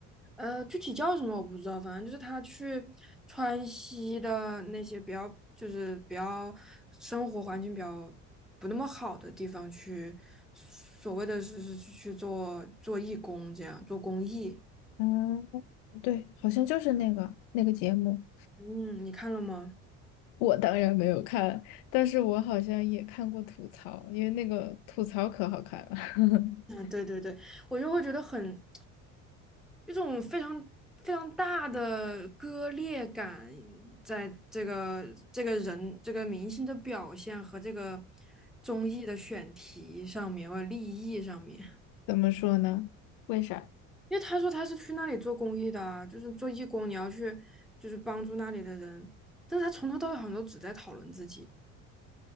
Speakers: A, in the centre; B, on the left.
A: 呃，具体叫什么我不知道，反正就是他去川西的那些比较，就是比较生活环境比较不那么好的地方去，所谓的是是去去做做义工，这样做公益。
B: 嗯，对，好像就是那个那个节目。
A: 嗯，你看了吗？
B: 我当然没有看，但是我好像也看过吐槽，因为那个吐槽可好看了。<laughs>
A: 嗯，对对对，我就会觉得很一种非常非常大的割裂感，在这个这个人这个明星的表现和这个综艺的选题上面或者利益上面，
B: 怎么说呢？为啥？
A: 因为他说他是去那里做公益的啊就是做义工，你要去就是帮助那里的人，但是他从头到尾好像都只在讨论自己。